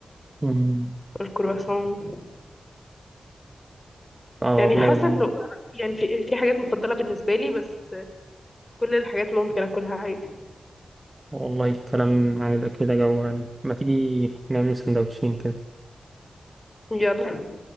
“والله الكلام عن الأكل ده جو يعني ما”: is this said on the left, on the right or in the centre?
Right